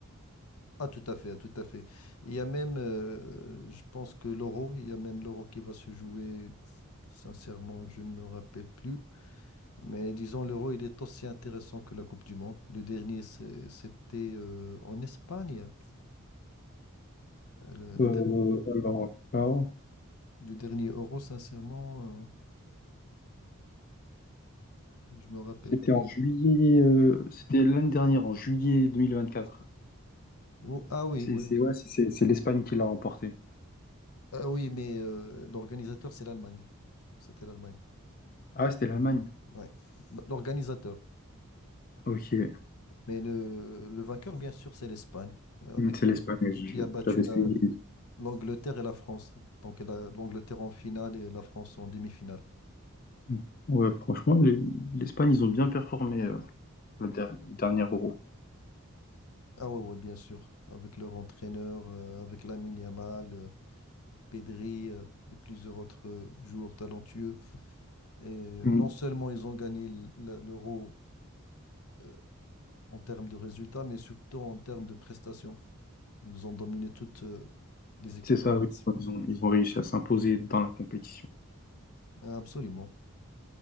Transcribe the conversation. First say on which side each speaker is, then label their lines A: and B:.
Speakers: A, on the left (about 80°); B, on the left (about 40°).
A: Ah, tout à fait, ah, tout à fait. Il y a même, euh, je pense que l'Euro, il y a même l'Euro qui va se jouer. Sincèrement, je ne me rappelle plus. Mais disons, l'Euro, il est aussi intéressant que la Coupe du Monde. Le dernier, c'est- c'était euh, en Espagne. Euh, Le, la
B: Euh,
A: dernière-
B: alors là,
A: le dernier Euro, sincèrement, euh, je me rappelle
B: c'était
A: plus.
B: en juillet, euh, c'était l'année dernière, en juillet 2024.
A: Oh, ah oui,
B: C'est
A: oui,
B: c'est-
A: oui.
B: ouais, c'est c'est- c'est l'Espagne qui l'a remporté.
A: Ah oui, mais euh, l'organisateur, c'est l'Allemagne. C'était l'Allemagne.
B: Ah, c'était l'Allemagne.
A: Ouais. L'organisateur.
B: Ok,
A: Mais le, le vainqueur, bien sûr, c'est l'Espagne, euh, avec,
B: Hmm, c'est
A: euh,
B: l'Espagne.
A: qui,
B: je-
A: qui a battu
B: J'avais
A: la,
B: suivi.
A: l'Angleterre et la France. Donc la- l'Angleterre en finale et la France en demi-finale.
B: Hmm. Ouais, franchement, les- l'Espagne, ils ont bien performé. euh, le der- le dernier Euro.
A: Ah ouais, ouais, bien sûr. Avec leur entraîneur, euh, avec Lamine Yamal, euh, Pedri euh, et plusieurs autres euh, joueurs talentueux. Et euh,
B: Mm.
A: non seulement ils ont gagné l- la- l'Euro euh, en termes de résultats, mais surtout en termes de prestations. Ils nous ont dominé toutes euh, les équipes
B: C'est ça,
A: adverses.
B: oui. Ils ont, ils ont réussi à s'imposer dans la compétition.
A: Absolument.